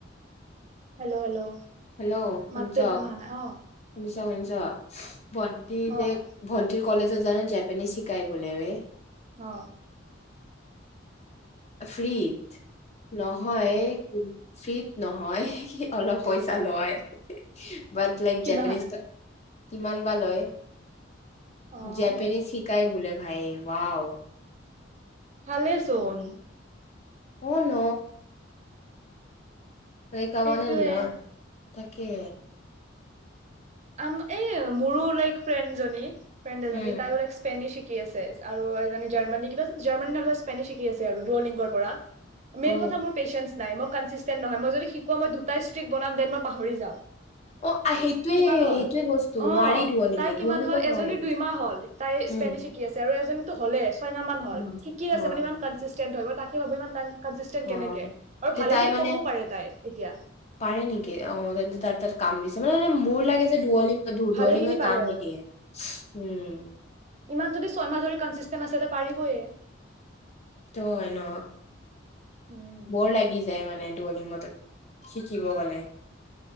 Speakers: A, on the right; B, on the left.
A: hello Hello
B: Hello শুনিছ
A: মাতো একদমান অহা নাই অ
B: শুনিছ শুনিছ, ভণ্টিৰ
A: অ
B: যে ভ। ভন্টি কলেজত জানো জেপানিজ শিকাই বোলে বে।
A: অ।
B: ফ্ৰ্ৰীত, নহয় কি? ফিট নহয়, অলপ পইচা লয়। বাট লাইক
A: কিমান
B: জেপানিজ এটা কিমান বা লয়।
A: অ
B: জেপেনিজ শিকাই বোলে ভাই ৱাও।
A: ভালে চোন।
B: অ ন। সেই শিকা
A: সেইটোয়ে
B: মানে লৰ্ন তাকে।
A: আম এ মোৰো লাইক ফ্ৰেণ্ডজনী ফ্ৰেণ্ড
B: উম
A: এজনী তাইও লাইক। স্পেনিছ শিকি আছে আৰু এজনী জাৰ্মানী কিবা জাৰ্মানী নহ'লে স্পেনিছ শিকি আছে আৰু দুওলিংগৰ পৰা। মেইন
B: অ
A: কথা মোৰ পেচেন্ঞ্চ নাই মই কনচিষ্টেণ্ট নহয় মই যদি শিকোও নহ মই দুটাই ষ্ট্ৰিক বনাম দেন মই পাহৰি যাওঁ।
B: অ আ সেইটোয়ে।
A: মান হ'ল
B: সেইটোয়ে বস্তু
A: অ
B: নোৱাৰি দুৱলিংগত
A: তাই কিমান
B: দুৱলিংগত
A: হ'ল এজনী
B: নোৱাৰি
A: দুইমাহ হ'ল তাই
B: উম
A: স্পেনীছ শিক। শিকি আছে আৰু এজনীটো হ'লেই ছয় মাহ মান হল
B: উম
A: শিকি
B: অ
A: আছে মানে ইমান। কনচিষ্টেণ্ট হয় তাকে ভাবো ইমান কন কনচিষ্টেণ্ট
B: অ
A: কেনেকে আৰু
B: তে
A: ভালেখিনি
B: তাই মানে
A: ক'বও পাৰে তাই এতিয়া।
B: পাৰে নেকি অ তেন্তে তাইৰ তাত। কাম দিছে মানে মানে মোৰ লাগে যে দুৱলিং দুৱলিংগই
A: ভালেখিনি পাৰে
B: কাম নিদিয়ে
A: আৰু
B: উম।
A: ইমান যদি ছয়মাহ ধৰি কনচিষ্টেণ্ট আছে এতিয়া পাৰিবয়ে।
B: সেইটোও হয় ন।
A: উম।
B: বৰ লাগি যায় মানে দুৱলিংগটোত শিকিব গ'লে।